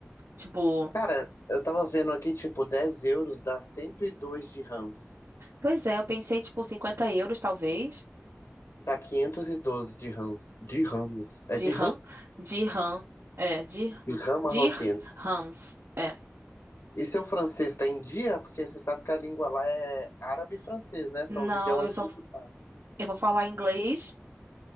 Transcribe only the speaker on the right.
Tipo,
pois é, eu pensei, tipo, 50 euros, talvez,
de
RAM, de RAM, é, de,
de
rams, é.
Não,
eu só,
eu vou falar inglês